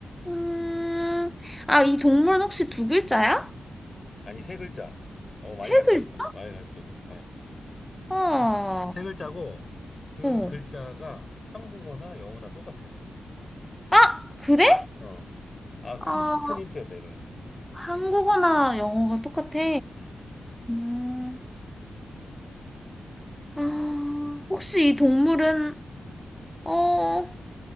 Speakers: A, in the centre; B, on the left (about 35°).
A: 음, 아, 이 동물은 혹시 두 글자야?
B: 아니, 세 글자. 어, 많이
A: 세
B: 가르쳐줬다.
A: 글자?
B: 많이 가르쳐줬다. 어.
A: 아,
B: 세, 세 글자고 그
A: 어.
B: 글자가 한국어나 영어나 똑같아.
A: 아, 그래?
B: 어. 아, 큰,
A: 아
B: 큰 힌트였다, 이번에.
A: 한국어나 영어가 똑같아.
B: 음.
A: 음, 아, 혹시 이 동물은, 어,